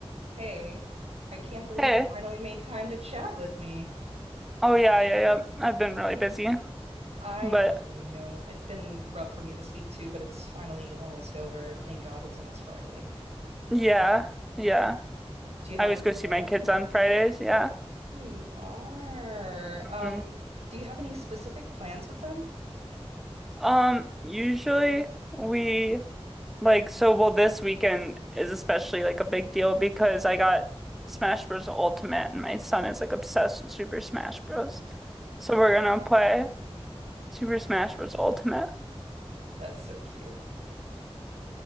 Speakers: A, on the right; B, in the centre.
A: Hey, I can't believe
B: Hey.
A: you finally made time to chat with me.
B: Oh yeah, yeah, yeah. I've been really busy,
A: I
B: but
A: don't blame you. It's been rough for me this week too, but it's finally almost over. Thank God it's almost Friday.
B: yeah, yeah.
A: Do you have
B: I always
A: any
B: go see
A: plans?
B: my kids on Fridays, yeah.
A: Oh, you are. Um,
B: hmm
A: do you have any specific plans with them?
B: Um, usually we like so well this weekend is especially like a big deal because I got Smash Bros. Ultimate and my son is like obsessed with Super Smash Bros. So we're gonna play Super Smash Bros. Ultimate.
A: That's so cute.